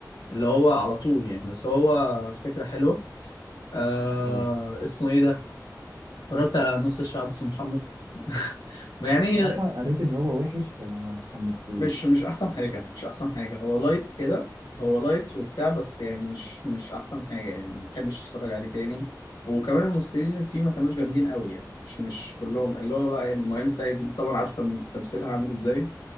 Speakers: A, on the left (about 80°); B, on the right (about 60°).
A: اللي هو على طول يعني بس هو فكرة حلوة آه
B: اه
A: اسمه إيه ده؟ اتفرجت على نص الشعب اسمه محمد <laughs> يعني
B: الصراحه قريت ان هو وحش فما ما اتحمستلوش
A: مش مش احسن حاجه مش احسن حاجه هو لايت كده هو لايت وبتاع بس يعني مش مش احسن حاجه يعني ما تحبش تتفرج عليه تاني وكمان الممثلين اللي فيه ما كانوش جامدين قوي يعني مش مش كلهم اللي هو بقى يعني مؤمن سيد طبعا عارف تم- تمثيلها عامل ازاي